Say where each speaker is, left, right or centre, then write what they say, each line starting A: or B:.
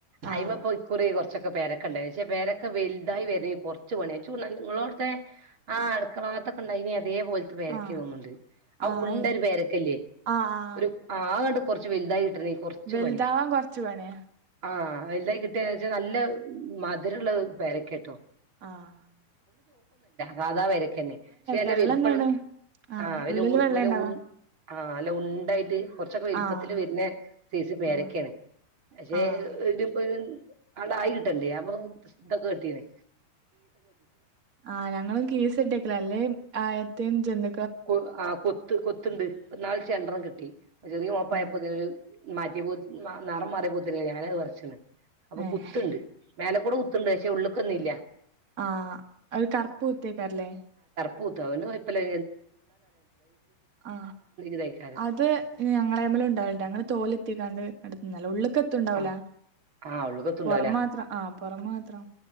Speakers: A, on the right; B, on the right.
A: ആഹ്
B: അയി്മപ്പ ഇക്കുറി കുറച്ചൊക്കെ പേരക്കെ ഉണ്ടായിേ പേരക്കെ വലുതായി വര ചണ നിങ്ങളോടത്തെ ആ അടുക്കളകത്തൊക്കെണ്ട അതേ പോലത്തെ പേരക്ക
A: ആഹ്
B: തോന്നുന്നുണ്ട് ആ
A: ആഹ്
B: ഉണ്ട ഒരു പേ രക്കല്ലേ
A: ആഹ്
B: ഒരു ആ കണ്ട് കുറച്ച് വെല്ദായി റ
A: വലുതാവാൻ
B: പണിയ
A: കൊറച്ച് പണിയാ
B: ആ കിട്ട നല്ല രള്ള പേരക്കേട്ടോ
A: ആഹ
B: സാധാവ വരക്കന്നെ പക്ഷെ അല്ല
A: വെള്ളം
B: വൽപ്പള്ള
A: എന്താണ് ആഹ്
B: ആ വല
A: ഉള്ളില് വെള്ളം
B: വല
A: ഇണ്ടാവാ
B: ആഹ അല്ല ഉണ്ടായിത് കുറച്ചൊക്കെ വലുപ്പത്തില്ൽ
A: ആഹ്
B: വരുന്ന സേസ് പേരൊക്കെയാണ്
A: ആഹ്
B: പക്ഷേ
A: ആഹ്
B: ഇതിനിപ്പോ അള ആയികിട്ടണ്ടേ അപ്പൊ ഇതൊക്കെ കട്ടീനേ
A: ആ ഞങ്ങളും കീസ് ഇട്ടക്കല അല്ലേ എ ത്തെ ചന്ത
B: കൊ ആ കൊത്ത് കൊത്തുണ്ട് നാൾ ചെണ്ടെണം കിട്ടി ചെറിയ മ മുപ്പായപ്പോരു
A: ഉം
B: മാറ്റി നിറം മാറി പോത്തി ഞാനത് വറച്ചണ് അപ്പൊ
A: ഏഹ്
B: കുത്തണ്ട് മേലെക്കൂടെ കുത്തുണ്ട് പക്ഷെ ഉള്ളക്ക ഒന്നും ഇല്ല
A: ആഹ ഒരുര് കറുപ്പ് കുത്തേക്കാറല്ലേ
B: പൂത്തന ഇപ്പ എ
A: ആ
B: ഇതായിക്കാരം
A: അത് ഞങ്ങളമ്മലം ഉണ്ടാവില്ലേ ഞങ്ങൾ തോലെത്തിക്കാണ്ട് എട്ത്തുന്നല്ല ഉള്ള്ക്കെത്തുണ്ടാവ്
B: ആ
A: ല
B: ആ ഉള്ള്ക്കത്തുണ്ടാവൂല
A: പുറം മാത്രം ആ പുറം മാത്രം